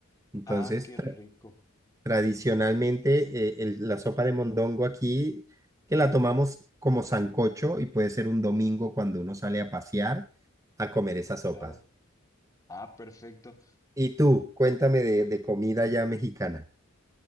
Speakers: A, on the right; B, on the left.
A: Entonces,
B: Ah, qué
A: tra-
B: rico.
A: tradicionalmente, eh, el- la sopa de mondongo aquí, que la tomamos como sancocho y puede ser un domingo cuando uno sale a pasear a comer
B: Sí,
A: esas
B: sí, claro.
A: sopas.
B: Ah, perfecto.
A: Y tú, cuéntame de, de comida ya mexicana.